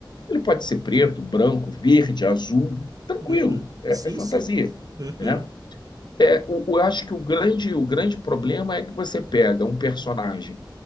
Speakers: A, on the left; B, on the right.
A: ele pode ser preto, branco, verde, azul, tranquilo,
B: Uhum.
A: é,
B: Sim,
A: é fantasia,
B: sim. Uhum.
A: né? É, o- eu acho que o grande, o grande problema é que você pega um personagem